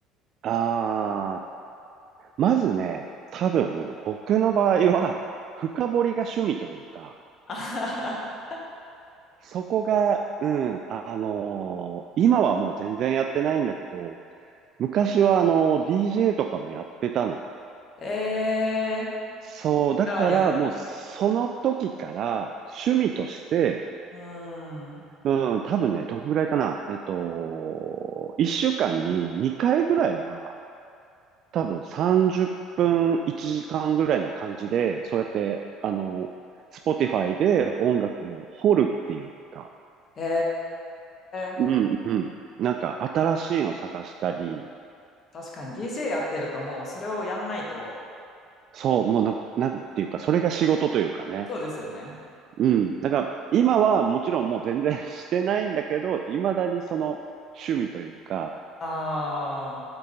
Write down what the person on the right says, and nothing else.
ああ。まずね、多分、僕の場合は、深掘りが趣味というか、
そこが、うん、あのー今はもう全然やってないんだけど、昔はあのー、DJ とかもやってたの。
そう、だからもうその時から趣味として、
うん、多分ね、どのぐらいかな、えっと、一週間に2回ぐらいは多分30分1時間ぐらいの感じで、そうやって、あの、Spotify で音楽を掘るっていうか、
うんうん。なんか新しいの探したり、
そう、もうな、なんていうか、それが仕事というかね。
うん。だから、今はもちろんもう全然 <laughs> してないんだけど、未だにその趣味というか、